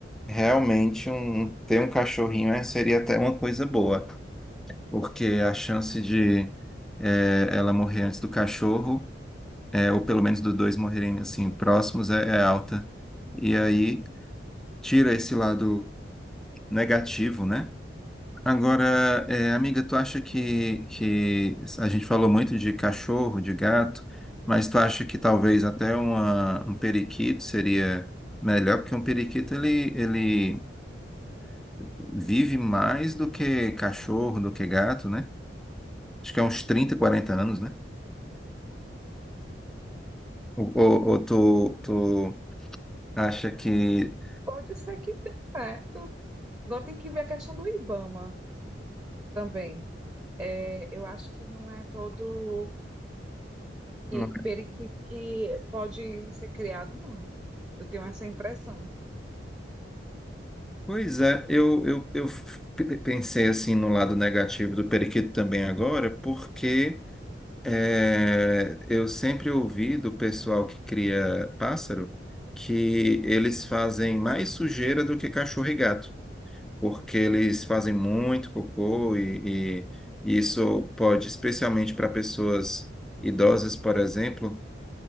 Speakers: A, in the centre; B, on the right.
A: realmente um, um, ter um cachorrinho é- seria até uma coisa boa, porque a chance de eh, ela morrer antes do cachorro, eh, ou pelo menos dos dois morrerem assim próximos, é, é alta. E aí tira esse lado negativo, né? Agora, é, amiga, tu acha que, que a gente falou muito de cachorro, de gato, mas tu acha que talvez até uma, um periquito seria melhor? Porque um periquito ele, ele vive mais do que cachorro, do que gato, né? Acho que é uns 30 40 anos, né? Ou, ou, ou tu, tu acha que.
B: Pode ser que dê certo. Agora tem que ver a questão do Ibama também. É, eu acho que não é todo que
A: Não.
B: periquito que pode ser criado, não. Eu tenho essa impressão.
A: Pois é, eu, eu, eu f- pensei assim no lado negativo do periquito também agora, porque. É, eu sempre ouvi do pessoal que cria pássaro que eles fazem mais sujeira do que cachorro e gato, porque eles fazem muito cocô e, e isso pode, especialmente para pessoas idosas, por exemplo,